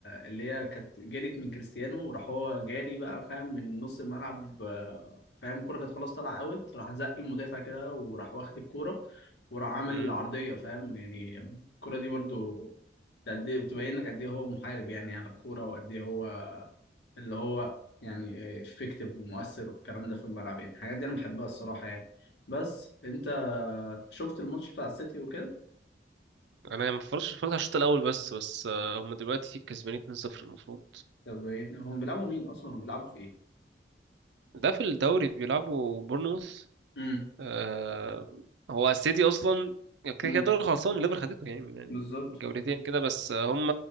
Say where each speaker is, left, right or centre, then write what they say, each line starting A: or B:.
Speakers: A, on the left (about 70°); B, on the right (about 75°).
A: اللي هي كانت جريت من كريستيانو وراح هو جاري بقى فاهم من نص الملعب آه، فاهم الكره كانت خلاص طالعه اوت راح زق المدافع كده وراح واخد الكوره وراح عامل
B: مم.
A: عرضيه فاهم يعني الكره دي برضو قد ايه بتبينك قد ايه هو محارب يعني على الكوره وقد ايه هو اللي هو يعني افكتيف ومؤثر والكلام ده في الملعب يعني الحاجات دي انا بحبها الصراحه يعني بس انت شفت الماتش بتاع السيتي وكده
B: انا ما اتفرجتش اتفرجت على الشوط الاول بس بس آه، هم دلوقتي كسبانين 2-0 المفروض
A: طب ايه هم بيلعبوا مين اصلا وبيلعبوا في ايه
B: ده في الدوري بيلعبوا بورنموث
A: امم
B: آه، هو السيتي اصلا كده
A: امم
B: كده دوري خلصان الليفر خدته يعني من
A: بالظبط
B: من جولتين كده بس هم